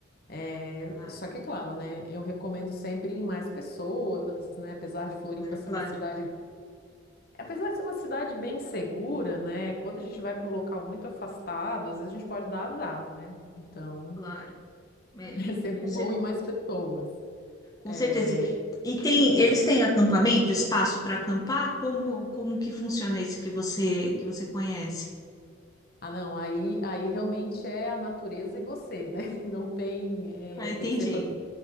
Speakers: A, on the left; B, on the left.
A: É,
B: Claro,
A: só que, claro, né, eu recomendo sempre ir em mais pessoas, né? Apesar de Floripa ser
B: claro,
A: uma cidade Apesar de ser uma cidade bem segura, né? Quando a gente vai para um local muito afastado, às vezes a gente pode dar azar, né? Então,
B: claro. É,
A: <laughs> é sempre
B: com cer-
A: bom ir mais pessoas.
B: com
A: É,
B: certeza. E tem, eles têm acampamento, espaço para acampar? Como, como que funciona esse que você que você conhece?
A: Ah, não, aí, aí realmente é a natureza e você, né? <laughs> Não tem,
B: Ah,
A: é,
B: entendi.
A: tem que ser, fa-